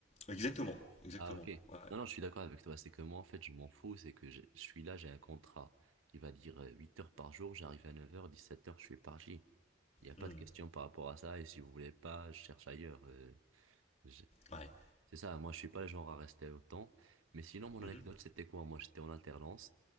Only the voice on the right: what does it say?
Ah ok.
Non, non, je suis d'accord avec toi. C'est que moi, en fait, je m'en fous. C'est que je, je suis là, j'ai un contrat qui va dire euh, 8 heures par jour, j'arrive à 9 heures, 17 heures, je suis parti. Il n'y a pas
de question par rapport à ça. Et si vous voulez pas, je cherche ailleurs. euh, je-
C'est ça, moi, je suis pas le genre à rester autant. Mais sinon, mon
anecdote, c'était quoi? Moi, j'étais en alternance